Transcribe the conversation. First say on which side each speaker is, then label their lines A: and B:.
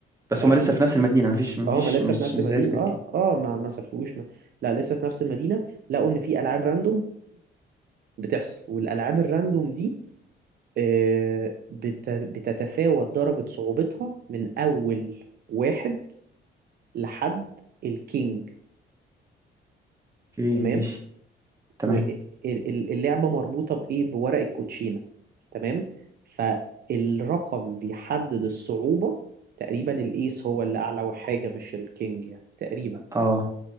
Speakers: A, on the right; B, on the right.
A: بس
B: تمام
A: هما لسه في نفس المدينة مفيش مفيش
B: اه ما لسه
A: مش
B: في نفس
A: مش
B: المدينة
A: زي سكوت
B: اه
A: جيم
B: اه ما ما سافروش ما. لا لسه في نفس المدينة لقوا ان في العاب راندوم بتحصل والالعاب الراندوم دي آه، بت- بتتفاوت درجة صعوبتها من اول واحد لحد الكينج
A: اوكي
B: تمام
A: ماشي تمام
B: واللعبة مربوطة بايه بورق الكوتشينة تمام فالرقم بيحدد الصعوبة تقريبا الايس هو اللي اعلى حاجة مش الكينج يعني تقريبا
A: اه